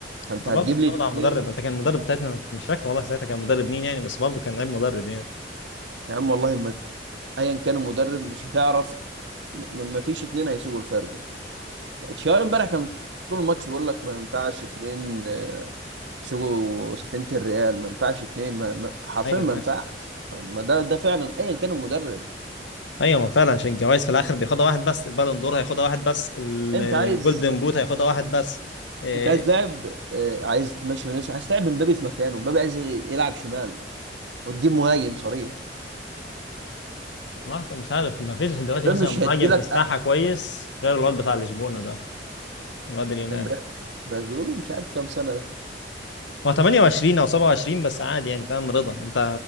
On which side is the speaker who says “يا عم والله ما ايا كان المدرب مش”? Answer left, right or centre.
Right